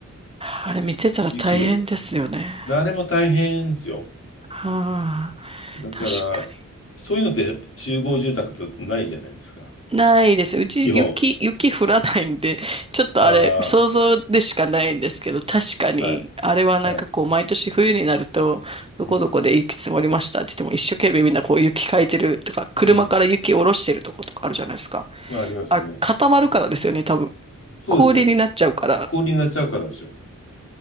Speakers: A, on the right; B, on the left.
A: あれ見てたら大変ですよね。
B: 雪を。あれも大変ですよ。
A: はあ、
B: だから、
A: 確かに。
B: そういうのって集合住宅とないじゃないですか。
A: ないです。うち雪、
B: 基本。
A: 雪降らないんで、ちょっとあれ、
B: あ
A: 想像でしかないんですけど、確かに、
B: あ、はい、
A: あれはなんかこう、
B: はい。
A: 毎年冬になると、どこどこで雪積もりましたって言っても、
B: うん、
A: 一生懸命みんなこう雪かいてるとか、車から雪下ろしてるとことかあるじゃないですか。
B: うん。ありますね。
A: あれ、固まるからですよね、多分。
B: そうですよ。
A: 氷になっちゃうから、
B: 氷になっちゃうからですよ。